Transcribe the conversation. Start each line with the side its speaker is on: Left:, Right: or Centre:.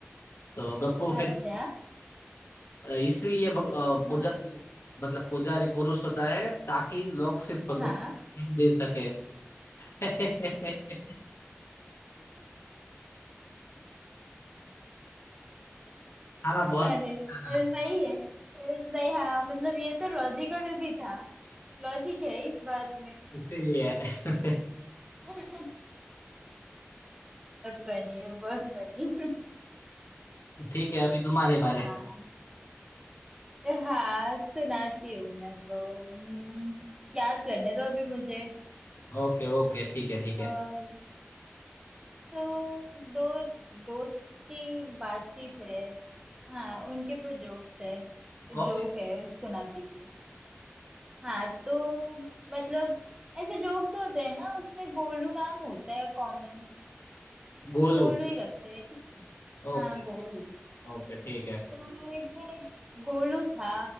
Left: तो गप्पू फिर
Right: अच्छा
Left: अ, इसलिए भग- अ, पुजारी
Right: हाँ
Left: मतलब पुजारी पुरुष होता है ताकि लोग सिर्फ
Right: हाँ
Left: भगवान ही दे सके <laughs> खाना
Right: अरे
Left: बहुत खाना
Right: सही है नहीं हाँ मतलब ये तो लॉजिकल भी था लॉजिक है इस बात में
Left: इसीलिए <laughs>
Right: <laughs> बहुत फनी है बहुत फनी
Left: ठीक है अभी तुम्हारे बारे
Right: हाँ हाँ सुनाती हूँ मैं तो हम्म, याद करने दो अभी मुझे
Left: ओके ओके ठीक है ठीक
Right: अ,
Left: है
Right: तो दो दोस्त की बातचीत है हाँ उनके पर जोक्स है जोक
Left: ओके
Right: है सुनाती हूँ हाँ तो मतलब ऐसे जोक्स होते हैं ना उसमें गोलू नाम होता है कॉमन
Left: गोलू
Right: तो गोलू ही रखते हैं ठीक है
Left: ओके
Right: हाँ गोलू
Left: ओके ठीक है
Right: तो एक दिन एक गोलू था